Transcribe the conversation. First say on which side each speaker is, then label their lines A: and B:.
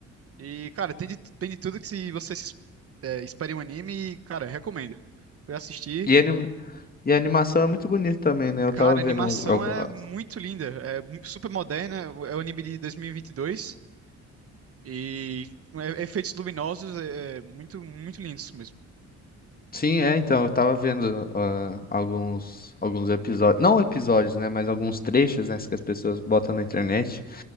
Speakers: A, on the right (about 50°); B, on the left (about 30°).
A: E, cara, tem de, tem de tudo que se você se, é, espere um anime, cara, recomendo. Fui assistir.
B: E, anim- e a animação é muito bonita também, né? Eu
A: Cara,
B: tava vendo.
A: a animação
B: al- al-
A: é muito linda, é mu- super moderna, é o anime de 2022 e vinte e dois e é- efeitos luminosos é, é muito, muito lindos mesmo.
B: Sim, é, então, eu tava vendo ah, alguns, alguns episódios. Não episódios, né? Mas alguns trechos, né? Que as pessoas botam na internet.